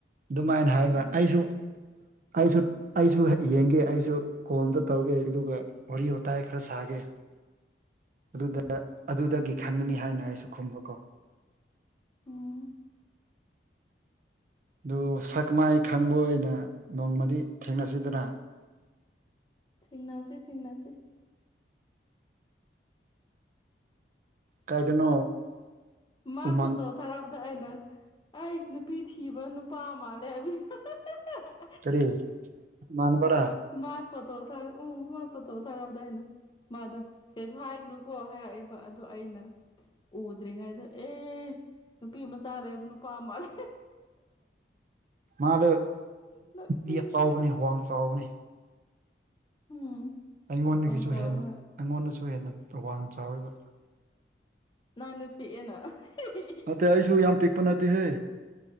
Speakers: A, on the right; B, on the left.
A: ꯗꯨꯃꯥꯏꯅ ꯍꯥꯏꯕ ꯑꯩꯁꯨ ꯑꯩꯁꯨ ꯑꯩꯁꯨ ꯍ ꯌꯦꯡꯒꯦ ꯑꯩꯁꯨ ꯀꯣꯟꯗ ꯇꯧꯒꯦ ꯑꯗꯨꯒ ꯋꯥꯔꯤ ꯋꯇꯥꯏ ꯈꯔ ꯁꯥꯒꯦ ꯑꯗꯨꯗ ꯑꯗꯨꯗꯒꯤ ꯈꯪꯒꯅꯤ ꯍꯥꯏꯅ ꯑꯩꯁꯨ ꯈꯨꯝꯕꯀꯣ
B: ꯎꯝ
A: ꯗꯨ ꯁꯛ ꯃꯥꯏ ꯈꯪꯕ ꯑꯣꯏꯅ ꯅꯣꯡꯃꯗꯤ ꯊꯦꯡꯅꯁꯤꯗꯅꯥ
B: ꯊꯦꯡꯅꯁꯤ ꯊꯦꯡꯅꯁꯤ
A: ꯀꯥꯏꯗꯅꯣ
B: ꯃꯥ
A: ꯎꯃꯪ
B: ꯐꯣꯇꯣ ꯊꯥꯔꯛꯄꯗꯣ ꯑꯩꯅ ꯑꯩꯁ ꯅꯨꯄꯤ ꯊꯤꯕ ꯅꯨꯄꯥ ꯃꯥꯜꯂꯦ ꯍꯥꯏꯕꯤꯕ ꯍꯦ ꯍꯦ
A: ꯀꯔꯤ ꯏꯃꯥꯟꯅꯕꯔ
B: ꯃꯥꯥꯏ ꯐꯣꯇꯣ ꯊꯥꯔꯛꯎ ꯃꯥꯏ ꯐꯣꯠꯇꯣ ꯊꯕꯗꯏꯅ ꯃꯥꯗꯣ ꯀꯩꯁꯨ ꯍꯥꯏꯒꯅꯨꯀꯣ ꯍꯥꯏꯔꯛꯑꯦꯕ ꯑꯗꯣ ꯑꯩꯅ ꯎꯗ꯭ꯔꯤꯉꯩꯗ ꯑꯦ ꯅꯨꯄꯤ ꯃꯆꯥ ꯂꯩꯕ ꯅꯨꯄꯥ ꯃꯥꯜꯂꯦ
A: ꯃꯥꯗꯣ
B: ꯅꯣꯛꯅꯤꯡꯉꯦ
A: ꯃꯤ ꯑꯆꯥꯎꯕꯅꯦ ꯋꯥꯡ ꯆꯥꯎꯕꯅꯦ
B: ꯎꯝ
A: ꯑꯩꯉꯣꯟꯗꯒꯤꯁꯨ
B: ꯈꯣꯡ ꯆꯥꯎꯋꯦ
A: ꯍꯦꯟꯅ
B: ꯍꯣꯏ
A: ꯑꯩꯉꯣꯟꯗꯁꯨ ꯍꯦꯟꯅ ꯇ ꯋꯥꯡ ꯆꯥꯎꯋꯦꯕ
B: ꯅꯪꯗꯤ ꯄꯤꯛꯑꯦꯅ ꯑꯍꯤꯍꯤꯍꯤ
A: ꯅꯠꯇꯦ ꯑꯩꯁꯨ ꯌꯥꯝ ꯄꯤꯛꯄ ꯅꯠꯇꯦ ꯍꯦ